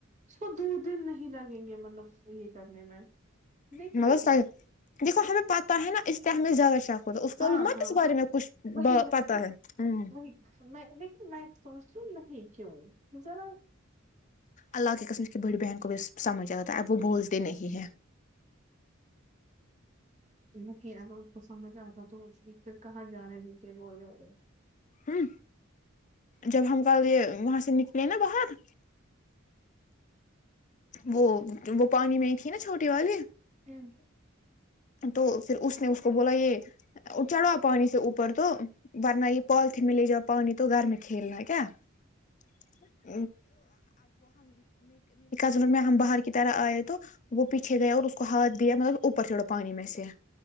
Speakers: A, on the right; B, on the left.
A: اس کو دور دن نہیں لگیں گے مطلب یہ کرنے میں لیکن
B: مطلب صحیح دیکھو ہمیں پتا ہے نا اس کیا ہمیں زیادہ شوق ہوتا اس کو
A: ہاں
B: مت
A: ہاں
B: اس بارے میں کچھ
A: وہی وہی
B: پتا ہے ہ
A: وہی میں دیک میں <unintelligible> لوں نہیں کیوں ذرا
B: اللہ کی قسم اس کی بڑی بہن کو بھی سمجھ آاتا ہے اب وہ بولتے نہیں ہیں
A: میں کہ اگر اس کو سمجھ آتا تو پھر کہاں جانے دیتے وہول
B: ہ جب ہم کل یہ وہاں سے نکلے نا باہر وہ وہ پانی میں ہی تھی نا چھوٹی والی
A: ہم
B: تو پھر اس نے اس کو بولا یہ چڑھوا پانی سے اوپر تو ورن یہ فالتین میں لے جاؤ پانی تو گھر میں کھیلنا ہے کیا <unintelligible> سل میں ہم باہر کی طرح آئے تو وہ پیچھے گئے اور اس کو ہاتھ دیا مطلب اوپر چھڑا پانی میں سے